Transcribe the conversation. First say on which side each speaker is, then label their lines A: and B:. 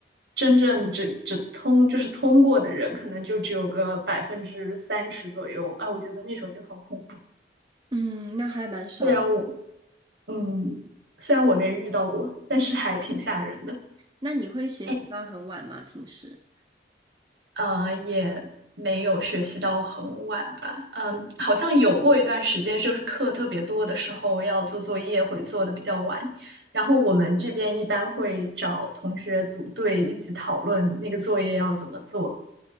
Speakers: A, on the right; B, on the right.
A: 真正只只通就是通过的人，可能就只有个百分之三十左右啊，我觉得那种就很恐怖。
B: 嗯，那还蛮少。
A: 虽然我嗯，虽然我没遇到过，但是还挺吓人的。
B: 那你会学习到很晚吗？
A: 哎，
B: 平时？
A: 呃，也没有学习到很晚吧。嗯，好像有过一段时间，就是课特别多的时候要做作业，会做的比较晚。然后我们这边一般会找同学组队一起讨论那个作业要怎么做。